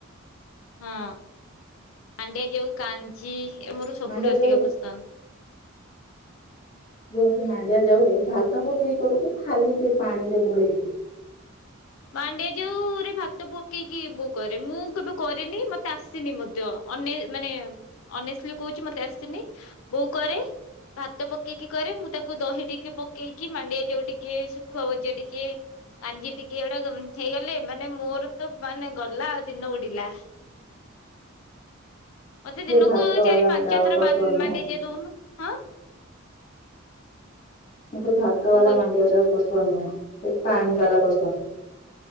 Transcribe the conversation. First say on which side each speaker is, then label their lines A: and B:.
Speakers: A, on the left; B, on the left.
A: ହଁ ମାଣ୍ଡିଆ ଯଉ କାଞ୍ଜି ଏ ମୋର ସବୁଠୁ
B: ମାଣ୍ଡିଆ
A: ଅଧିକା
B: ଯାଉ
A: ପସନ୍ଦ।
B: ଯୋଉ ସେ ମାଣ୍ଡିଆ ଯାଉରେ ଭାତ ପକେଇ କରୁ କି ଖାଲି ସେ ପାଣି ରେ ଗୋଳେଇକି।
A: <inaudible> ମାଣ୍ଡିଆ ଯାଉରେ ଭାତ ପକେଇକି ବୋଉ କରେ ମୁଁ କେବେ କରିନି ମତେ ଆସିନି ମଧ୍ୟ ଅ ନେ ମାନେ ଅନେଷ୍ଟଲି କହୁଛି ମତେ ଆସେନି ବୋଉ କରେ। ଭାତ ପକେଇକି କରେ ମୁଁ ତାକୁ ଦହି ଟିକେ ପକେଇକି ମାଣ୍ଡିଆ ଯାଉ ଟିକେ ଶୁଖୁଆ ବଜା ଟିକେ କାଞ୍ଜି ଟିକେ ଏଗୁଡା ହେଇଗଲେ ମାନେ ମୋର ତ ମାନେ ଗଲା ଆଉ ଦିନ ଉଡ଼ିଲା। ମତେ ଦିନକୁ
B: ଭାତ
A: ଚାରି
B: ବାଲା
A: ପାଞ୍ଚ
B: ଯାଉ
A: ଥର
B: ପସନ୍ଦ
A: ମାଣ୍ଡିଆ
B: ନୁହଁ
A: ଯାଉ ଦଉନୁ ଆ।
B: ମତେ ଭାତ ବାଲା
A: କହିଲୁ
B: ମାଣ୍ଡିଆ ଯାଉ ପସ ସନ୍ଦ୍ ନୁହ ପାଣି ବାଲା ପସନ୍ଦ।